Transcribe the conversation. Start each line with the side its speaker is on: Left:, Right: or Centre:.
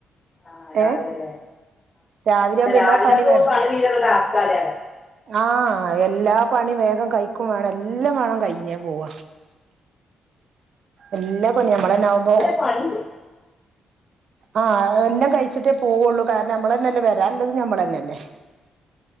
Left: ആഹ് രാവിലെ
Right: ഏ
Left: ല്ലേ?
Right: രാവിലെ ആവുമ്പോ
Left: രാവിലെ
Right: എല്ലാ പണി
Left: പ്പോ
Right: വേണം
Left: പണിതീരല് ടാസ്ക്കാല്ലേ?
Right: ആഹ് എല്ലാ പണി വേഗം കഴിക്കും വേണം. എല്ലാം വേണം കഴിഞ്ഞാൽ പോവ എല്ലാ പണി നമ്മളെന്നെ ആവുമ്പോ
Left: പണീണ്ട്.
Right: ആഹ് എല്ലം കഴിച്ചിട്ടേ പോവുള്ളൂ. കാരണം നമ്മളന്നെല്ല വെ വെരാനുള്ളതും ഞമ്മളന്നെല്ലേ?